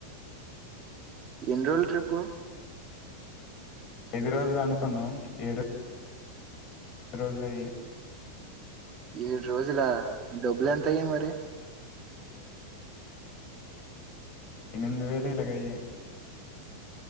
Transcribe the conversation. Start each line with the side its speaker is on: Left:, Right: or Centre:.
Right: ఎన్ని రోజుల ట్రిప్పు
Left: ఎన్ని రోజులు అనుకున్నాం ఏడు రోజులు అయ్యాయి
Right: ఏడు రోజులా డబ్బులు ఎంత అయ్యాయి మరి
Left: ఎనిమిది వేలు ఇలాగ అయ్యాయి